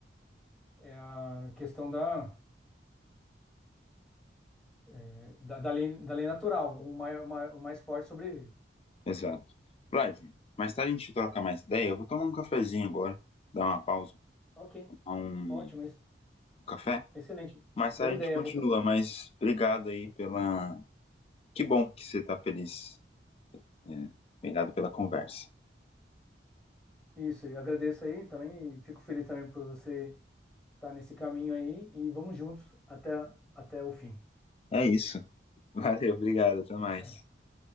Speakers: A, in the centre; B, on the left.
A: é a questão da, é, da, da lei, da lei natural. O mais, o mai- o mais forte sobrevive.
B: exato. Vlad, mais tarde a gente troca mais ideia. Eu vou tomar um cafezinho agora, dar uma pausa,
A: Ok,
B: tomar um
A: ótimo, ex-
B: café.
A: excelente.
B: Mais
A: Boa
B: tarde
A: ideia.
B: a gente continua,
A: Vou to-
B: mas obrigado aí
A: vou-
B: pela. Que bom que você está feliz. É, obrigado pela conversa.
A: Isso, e agradeço aí também e fico feliz também por você estar nesse caminho aí e vamos juntos até, até o fim.
B: É isso. <laughs> Valeu, obrigado, até mais.
A: É isso aí.